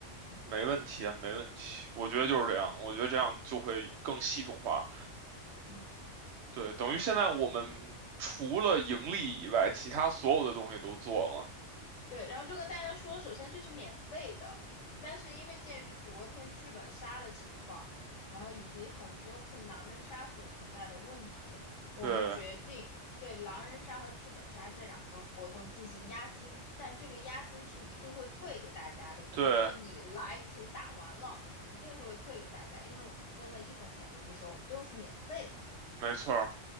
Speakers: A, on the left; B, on the right.
A: 嗯
B: 没问题啊，没问题。我觉得就是这样，
A: 对，
B: 我觉得这样就会更系统化。
A: 嗯。
B: 对，等于现在我们除了盈利以外，其他所有的东西都做了。
A: 对，然后就跟大家说，首先这是免费的，但是因为鉴于昨天剧本杀的情况，然后以及很多次狼人杀所存在的问题，我们决定对狼人杀和剧本杀这两个活动进行押金，
B: 对，
A: 但这个押金是一定会退给大家的。
B: 对，
A: 如果你来且打完了，一定是会退给大家，因为我们真的一分钱都不收，我们都是免费的。
B: 没错儿